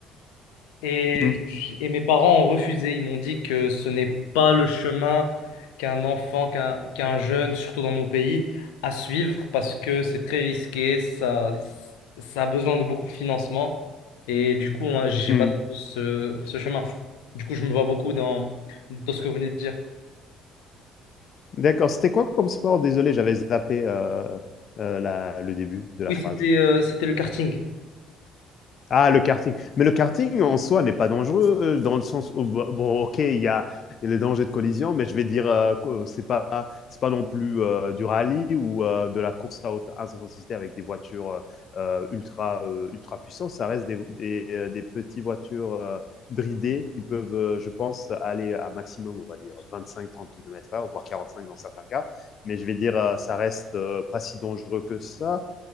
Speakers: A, on the left; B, on the left.
A: Et,
B: mm,
A: j- et mes parents ont refusé. Ils m'ont dit que ce n'est pas le chemin qu'un enfant, qu'un qu'un jeune, surtout dans mon pays, à suivre parce que c'est très risqué, ça, ça a besoin de beaucoup de financement. Et du coup, moi, j'ai
B: mm.
A: pas trouvé ce, ce chemin. Du coup, je me vois beaucoup dans, dans ce que vous venez de dire.
B: D'accord, c'était quoi comme sport? Désolé, j'avais zappé euh, euh, la- le début de la
A: Oui,
B: phrase.
A: c'était euh, c'était le karting.
B: Ah, le karting. Mais le karting en soi n'est pas dangereux euh, dans le sens où, bon, bon, ok, il y a, il y a les dangers de collision, mais je vais dire, euh, que c'est pas, c'est pas non plus euh, du rallye ou euh, de la course à haute intensité avec des voitures euh, euh, ultra, euh, ultra puissantes. Ça reste des, des, euh, des petites voitures euh, bridées qui peuvent, euh, je pense, aller à maximum, on va dire, 25-30 km/h, voire 45 dans certains cas. Mais je vais dire, euh, ça reste euh, pas si dangereux que ça.